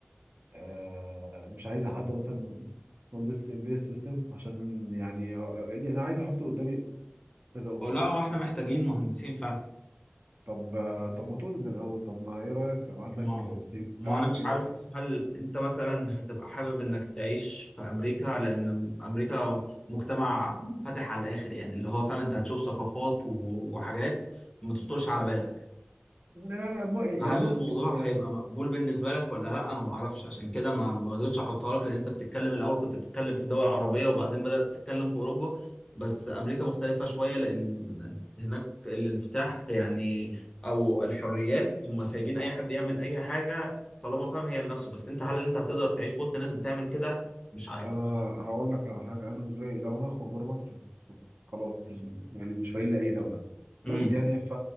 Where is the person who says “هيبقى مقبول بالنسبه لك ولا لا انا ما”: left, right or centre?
Left